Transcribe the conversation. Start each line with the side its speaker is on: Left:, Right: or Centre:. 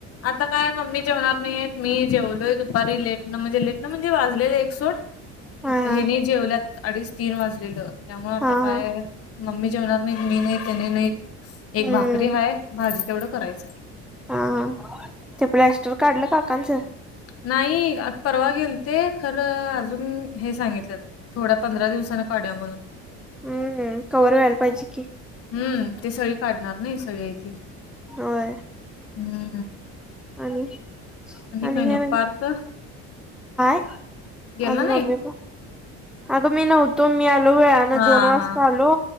Left: आता काय मम्मी जेवणार नाहीये, मी जेवलोय दुपारी लेट न म्हणजे, <unintelligible> वाजलेले एक सोड
Centre: हा
Left: आता हेनी
Centre: हा
Left: जेवल्यात अडीच तीन वाजलेलं. त्यामुळे आता
Centre: हा
Left: काय मम्मी जेवणार नाहीत, मी नाही त्यांनी नाहीत. एक
Centre: हम्म
Left: भाकरी हाय, भाजी तेवढं करायचं हाय.
Centre: हा हा ते प्लास्टर काढलं काकाचं?
Left: नाही, आता परवा गेल ते खरं अजून हे सांगितल्यात थोड्या पंधरा दिवसान काढूया म्हणून,
Centre: हम्म! हम्म! कवर व्हायला पाहिजे की,
Left: हम्म! ते सळी काढणार नाही, सळी आहे ती.
Centre: होय.
Left: हम्म! हम्म!
Centre: आणि आणि
Left: काही नाही
Centre: काय?
Left: पार्थ
Centre: <unintelligible>
Left: गेला
Centre: हाय! <unintelligible>
Left: नाही
Centre: अगं मी नव्हतो, मी आलो वेळान
Left: हा
Centre: दोन वाजता
Left: हा
Centre: आलो